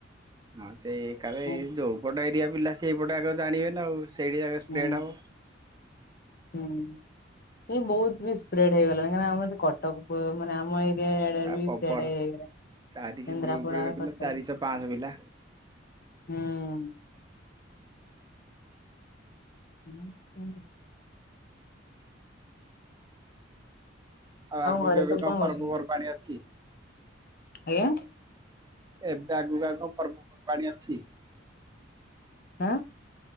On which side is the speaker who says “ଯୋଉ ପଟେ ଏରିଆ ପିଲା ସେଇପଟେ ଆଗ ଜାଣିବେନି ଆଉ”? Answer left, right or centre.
Right